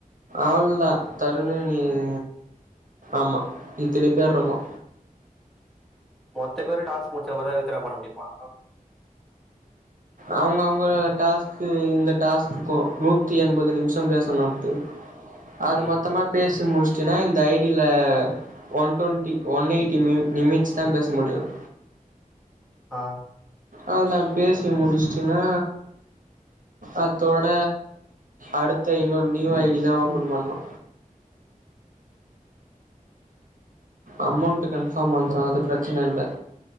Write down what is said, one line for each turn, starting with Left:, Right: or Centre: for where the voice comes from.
Right: அவுள்தா தருணு நீனு ஆமா இத்தினி பேர் இருக்கோ
Centre: மொத்த பேரு டாஸ்க் முடிச்ச ஒரே வித்தரா பண்ண முடியுமா
Right: அவுங்க அவுங்க டாஸ்கு இந்த டாஸ்குக்கு நூத்தி எண்பது நிமிஷ பேஸ் சனுட்டு அது
Centre: ம்
Right: மொத்தமா பேசி முஸ் அப்டினா இந்த ஐடியில் one twenty one eighty mini minute தா பேச முடியும்
Centre: ஆ
Right: அவள்தா பேசி முடிச்சிட்டினா அத்தோட அடுத்த இன்னொரு நியூ ஐடி தா ஓபன் பண்ணு அமோண்ட் கன்ஃபாம் வந்துரு அது பிரச்சனை இல்ல